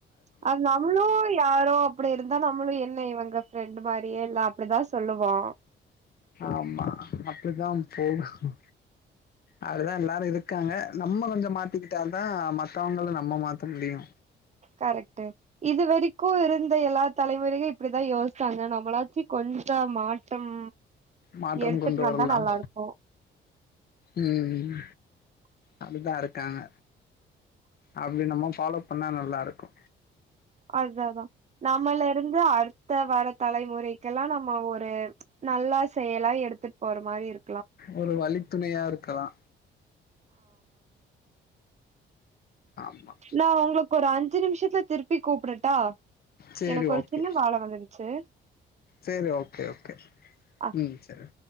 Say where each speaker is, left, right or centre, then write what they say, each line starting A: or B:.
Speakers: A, on the right; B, on the left.
A: அது நம்மளு யாரோ அப்டி இருந்தா நம்மளு என்ன இவங்க ஃப்ரெண்ட் மாரியே இல்ல அப்டிதா சொல்லுவோ.
B: ஆமா அப்பிடிதா போகு. அப்டிதா எல்லாரு இருக்காங்க. நம்ம கொஞ்ச மாத்திக்கிட்டாதா மத்தவங்கள நம்ம மாத்த முடியு.
A: கரெக்ட்டு இதுவரைக்கு இருந்த எல்லா தலைமுறையு இப்பிடிதா யோசிச்சாங்க. நம்மளாச்சு கொஞ்ச மாற்றம்
B: மாற்றம்
A: எடுத்துட்டு
B: கொண்டு
A: வந்தா
B: வரலாம்.
A: நல்லா இருக்கு
B: ம் அப்டிதா இருக்காங்க. அப்டி நம்ம ஃபாலோ பண்ணா நல்லா இருக்கு.
A: அதா அதா. நம்மல்ல இருந்து அடுத்த வர தலைமுறைக்கெல்லா நம்ம ஒரு நல்லா செயலா எடுத்துட் போற மாரி இரு
B: ஒரு வழித் துணையா இருக்கலா. ஆமா
A: நான் உங்களுக்கு ஒரு அஞ்சு நிமிஷத்துல திருப்பி கூப்பிடட்டா
B: சரி
A: எனக்கு ஒரு
B: ஓகே
A: சின்ன வேல வந்துருச்சு
B: சரி ஓகே ஓகே
A: அஹ
B: ம் சரி